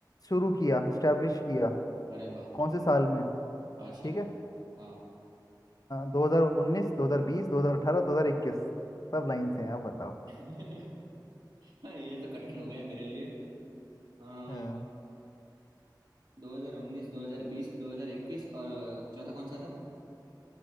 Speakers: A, on the left; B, on the right.
A: शुरू किया स्टैब्लिश किया
B: अरे बाप
A: कौन
B: रे
A: से साल में
B: अच्छा
A: ठीक है
B: हाँ
A: दो हजार उन्नीस दो हजार बीस दो हजार अठारह दो हजार इक्कीस सब लाइन से हैं आप बताओ
B: <laughs> हाँ, ये तो कठिन हो गए मेरे लिए आ,
A: अ,
B: दो हजार उन्नीस दो हजार बीस दो हजार इक्कीस और चौथा कौन सा था